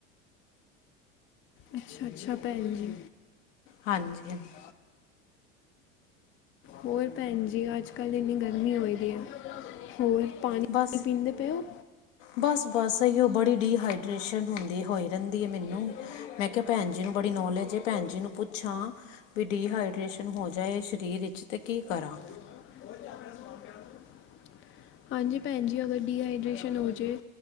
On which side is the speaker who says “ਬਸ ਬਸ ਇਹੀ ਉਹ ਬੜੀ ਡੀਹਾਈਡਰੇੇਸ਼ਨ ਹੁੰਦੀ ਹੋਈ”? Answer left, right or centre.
Left